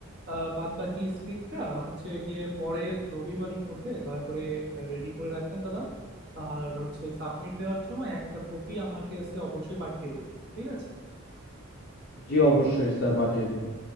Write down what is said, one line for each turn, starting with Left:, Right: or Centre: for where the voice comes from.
Right: আহ বাদ বাকি স্ক্রিপ্টটা হচ্ছে গিয়ে পরের রবিবারের মধ্যে দয়া করে রেডি করে রাখবেন দাদা আর হচ্ছে সাবমিট দেওয়ার সময় একটা কপি আমাকে এসে অবশ্যই পাঠিয়ে দিবেন ঠিক আছে
Left: জি অবশ্যই স্যার পাঠিয়ে দিবেন